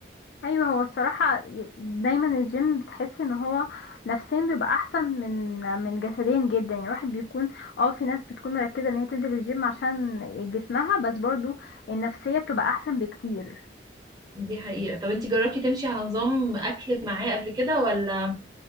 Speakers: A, on the left (about 65°); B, on the right (about 20°).
A: ايوه هو الصراحة ي- دايما الجيم بتحسي ان هو نفسيا بيبقى احسن من من جسديا جدا يعني الواحد بيكون اه في ناس بتكون مركزة ان هي تنزل الجيم عشان جسمها بس برضو النفسية بتبقى احسن بكتير
B: دي حقيقة طب انتي جربتي تمشي على نظام أكل معاه قبل كده ولا